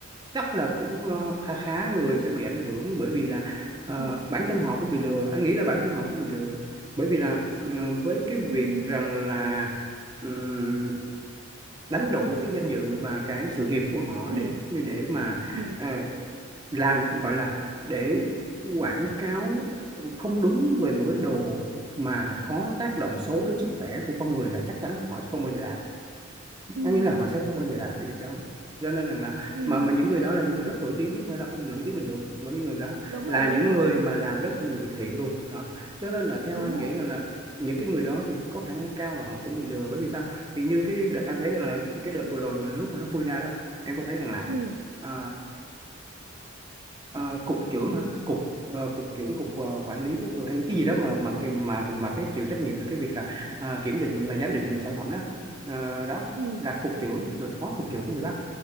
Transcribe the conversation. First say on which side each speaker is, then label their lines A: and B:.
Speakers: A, on the right; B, on the right.
A: chắc là cũng ờ, khá khá người sẽ bị ảnh hưởng bởi vì là ờ,
B: ừ
A: bản thân họ cũng bị lừa anh nghĩ là bản thân họ cũng bị lừa bởi vì là ờ, với cái
B: ừ
A: việc rằng là ừm, đánh đổi cái danh dự và cái sự nghiệp của họ
B: ừ
A: để để mà
B: ừ
A: ờ, làm gọi là để quảng cáo không đúng về một cái đồ mà có tác động xấu đến sức khỏe của con người là chắc chắn họ sẽ không bao giờ làm
B: ừ
A: có nghĩa là họ sẽ không bao giờ làm cái việc đó cho nên rằng là
B: ừ.
A: mà mà những người đó là những người rất nổi tiếng chứ không phải là không nổi tiếng bình thường mà những người đó
B: đúng
A: là
B: rồi đúng
A: những
B: rồi
A: người mà làm rất nhiều việc thiện luôn đó cho nên là theo
B: đúng
A: anh
B: rồi
A: nghĩ rằng là những cái người đó thì có khả năng cao là họ cũng bị lừa bởi vì sao thì như cái đợt anh thấy rằng là cái đợt vừa rồi mà lúc mà nó khui ra đó em có thấy rằng là
B: ừ
A: à, Ờ, cục trưởng hả cục ờ, cục trưởng cục ờ, quản lý chất lượng hay cái gì đó mà mà cái- mà mà cái chịu trách nhiệm về cái việc là ờ, kiểm định và giám định sản phẩm đó Ờ, đó
B: ừ
A: là cục trưởng rồi phó cục trưởng bị bắt